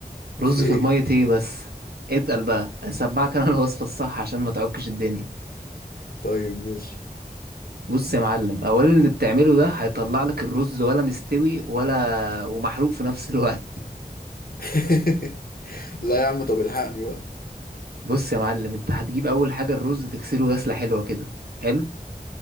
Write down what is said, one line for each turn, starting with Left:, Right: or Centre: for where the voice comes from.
Left: <laughs>
Right: رز
Left: ايه
Right: في المية ايه بس اتقل بقى اسمعك انا الوصفة الصح عشان ما تعكش الدنيا
Left: طيب ماشي
Right: بص يا معلم اولا اللي بتعمله ده هيطلع لك الرز ولا مستوي ولا ومحروق في نفس الوقت
Left: <laughs> لا يا عم طب الحقني بقى
Right: بص يا معلم انت هتجيب اول حاجه الرز تغسله غسله حلوه كده حلو